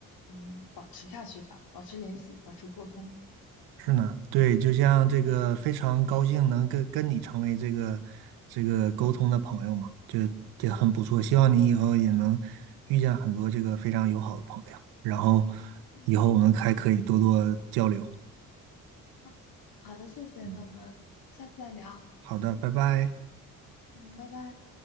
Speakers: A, on the left; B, on the right.
A: 嗯，保持下去吧，保持联系，保持沟通。
B: 是呢，对，就像这个非常高兴能跟跟你成为这个这个沟通的朋友嘛，
A: 嗯
B: 就也很不错。希望你以后也能遇见很多这个非常友好的朋友，然后
A: 嗯。
B: 以后我们还可以多多交流。
A: 嗯，好的，谢谢，
B: 嗯，
A: 那我们下次再聊，
B: 好的，拜拜。
A: 嗯，拜拜。